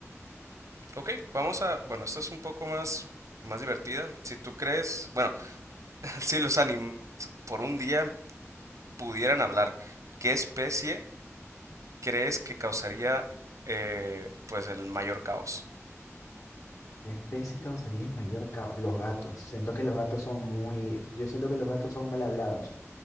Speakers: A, on the right; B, on the left.
A: Ok, vamos a, bueno, esta es un poco más, más divertida. Si tú crees, bueno, <laughs> si los animales por un día pudieran hablar, ¿qué especie crees que causaría eh, pues el mayor caos?
B: ¿Qué especie causaría el mayor caos? Los gatos. Siento que los gatos son muy, yo siento que los gatos son mal hablados.